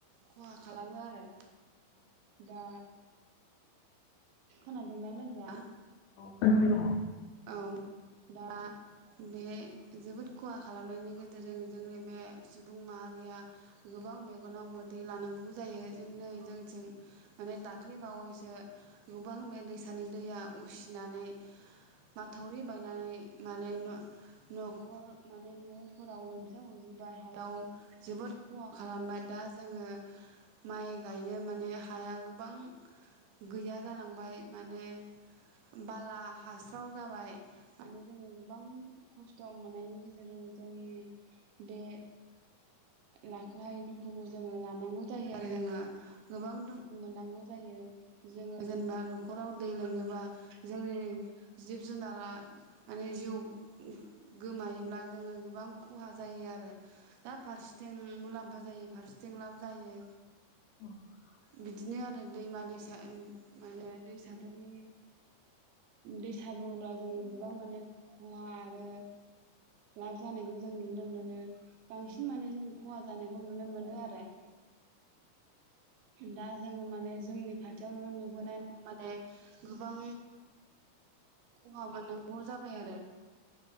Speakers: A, on the right; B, on the left.
A: खहा खालामो आरो दा। खोना दोंना लोगोआ?
B: खोनाबाय दं।
A: औ दा बे। जोबोद खहा खालामनायनि गेजेरजों। जोंनि बे सुबुं माहारिया गोबां मेगनाव मोदै लानांगौबो जायो जो नै जोंथिं माने दाख्लै बावैसो गोबां मे दैसा। सानि दैया उसिनानै। माथावरि बायनानै माने न न'खर माने न'फोराव लोमजाहैजोबबाय हायाव जोबोद खहा खालामबाय दा जोङो माइ गायनो माने हाया गोबां गैया जालांबाय। माने बाला हास्राव जाबाय माने जोङो गोबां खस्थ' मोननायनि गेजेरजों जोंनि बे लाखहायै दुखुखौ जोङो लानांगौ जायो आरो जोङो गोबां दुखु मोननांगौ जायो जोङो जेनबा खराव दै लोङोबा जोंनि जिब जुनारा माने जिउ गोमायोब्ला जोङो गोबां खहा जायो आरो। दा फारसेथिं मुलाम <unintelligible> जायो फारसेथिं लाब जायो।
B: <unintelligible>
A: बिदिनो आरो दैमा दैसा माने। दैसाफोरनि दैसा बुङोब्ला जोङो गोबां माने खहा आरो लाब जानायखौ जों नुनो मोनो। बांसिन माने जों खहा जानाय <unintelligible> नुनो मोनो आरो। <inaudible> दा जोङो माने जोंनि खाथियावनो नुबोनाय माने गोबां खहा मोननांगौ जाबाय आरो।